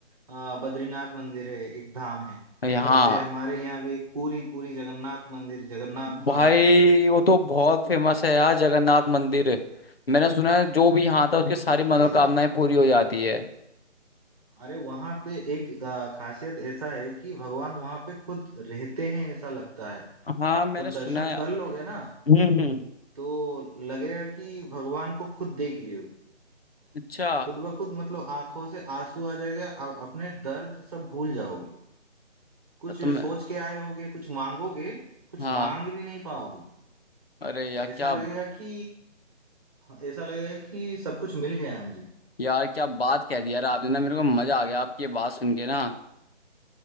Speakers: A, on the right (about 30°); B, on the left (about 55°).
A: आ, बद्रीनाथ मंदिर है एक धाम है
B: यहाँ
A: वैसे हमारे यहाँ भी एक पूरी पूरी जगन्नाथ मंदिर जगन्नाथ धाम
B: भाई
A: है
B: वो तो बहुत फेमस है यार जगन्नाथ मंदिर मैंने सुना है जो भी यहाँ था उसकी
A: हाँ
B: सारी
A: जी
B: मनोकामनाएं
A: जी
B: पूरी हो जाती है
A: अरे वहां पे एक आ, खासियत ऐसा है कि भगवान वहां पे खुद रहते हैं ऐसा लगता है
B: हाँ मैंने
A: जब
B: सुना
A: दर्शन
B: है
A: कर लोगे ना
B: हम्म हम्म
A: तो लगेगा कि भगवान को खुद देख लियो
B: अच्छा
A: खुद ब खुद मतलब आंखों से आंसू आ जाएगा आप अपने दर्द सब भूल जाओगे कुछ
B: तो तुम
A: सोच के आए होगे कुछ मांगोगे कुछ
B: हाँ
A: मांग भी नहीं पाओगे
B: अरे यार
A: ऐसा
B: क्या
A: लगेगा कि हाँ, ऐसा लगेगा कि सब कुछ मिल गया है मुझे
B: यार क्या बात कह दी यार आपने
A: <laughs>
B: ना मेरे को मजा आ गया आपकी ये बात सुन के ना